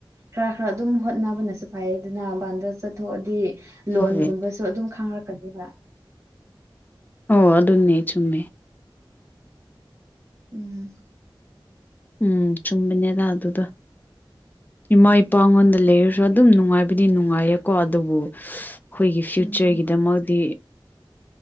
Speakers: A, on the right; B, on the left.
A: ꯈꯔ ꯈꯔ ꯑꯗꯨꯝ ꯍꯣꯠꯅꯕꯅꯁꯨ ꯐꯩꯌꯦꯗꯅ ꯃꯄꯥꯟꯗ ꯆꯠꯊꯣꯛꯑꯗꯤ
B: ꯍꯣꯏ
A: ꯂꯣꯟꯒꯨꯝꯕꯁꯨ ꯑꯗꯨꯝ ꯈꯡꯔꯛꯀꯅꯦꯕ
B: ꯑꯣ ꯑꯗꯨꯅꯦ ꯆꯨꯝꯃꯦ
A: ꯎꯝ
B: ꯎꯝ ꯆꯨꯝꯕꯅꯦꯗ ꯑꯗꯨꯗꯣ ꯏꯃꯥ ꯏꯄꯥꯉꯣꯟꯗ ꯂꯩꯔꯁꯨ ꯑꯗꯨꯝ ꯅꯨꯡꯉꯥꯏꯕꯗꯤ ꯅꯨꯡꯉꯥꯏꯌꯦꯀꯣ ꯑꯗꯨꯕꯨ ꯑꯩꯈꯣꯏꯒꯤ ꯐ꯭ꯌꯨꯆꯔꯒꯤꯗꯃꯛꯇꯤ
A: ꯎꯝ